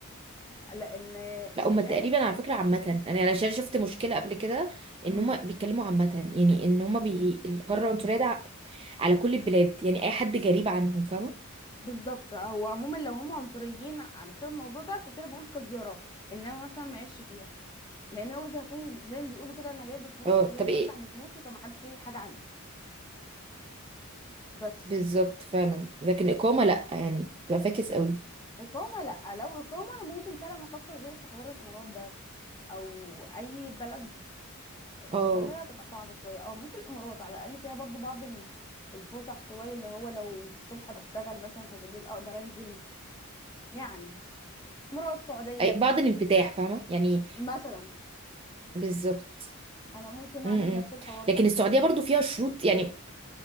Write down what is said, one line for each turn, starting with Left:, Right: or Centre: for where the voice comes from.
Left: لان
Right: لا
Left: الناس
Right: هما تقريبا على فكرة عامة انا يعني عشان شفت مشكلة قبل كده
Left: امم
Right: ان هما بيتكلموا عامة يعني ان هما بي... الحرة العنصرية ده ع- على كل البلاد يعني اي حد جريب عنهم فاهمة
Left: بالظبط هو عموما لو هم عنصريين ع- بسبب الموضوع ده عشان كده بقول كزياره انما مثلا ما عيش فيها لان انا اوريدي هكون زي ما بيقولوا كده انا جايه بفلوسي
Right: اه
Left: فجايه
Right: طب
Left: اتفسح
Right: ايه
Left: بفلوسي فما حدش ليه حاجه عندي بس
Right: بالظبط فعلا لكن إقامة لا يعني بتبقى فاكس قوي
Left: إقامة لأ لو إقامة أنا ممكن فعلا أفكر زيك في حوار الإمارات ده أو أي بلد
Right: اه
Left: السعودية هتبقى صعبة شوية أه ممكن الإمارات على الأقل فيها برضو بعض ال- الفسح شوية اللي هو لو الصبح بشتغل مثلا فبالليل أقدر أنزل يعني إمارات سعودية
Right: أي-
Left: الحاجات
Right: بعض الانفتاح
Left: دي
Right: فاهمة يعني
Left: مثلا
Right: بالظبط
Left: أنا ممكن
Right: م-
Left: أعمل نفس
Right: م.
Left: الحوار ده
Right: لكن السعودية برضو فيها شروط يعني